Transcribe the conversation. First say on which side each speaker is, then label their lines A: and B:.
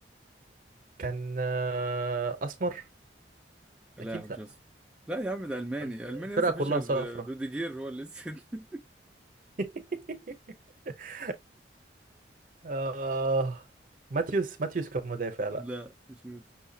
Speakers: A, on the right; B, in the centre.
A: كان آه، اسمر
B: لا
A: اكيد
B: مش
A: لا
B: أسباني لا يا عم ده ألماني
A: الفرقه
B: ألماني لسه
A: كلها
B: مفيش غير
A: صفرة
B: آه، روديجير هو اللي لسه <laughs>
A: <laughs> آه ماتيوس ماتيوس كان مدافع لا
B: لا مش نوت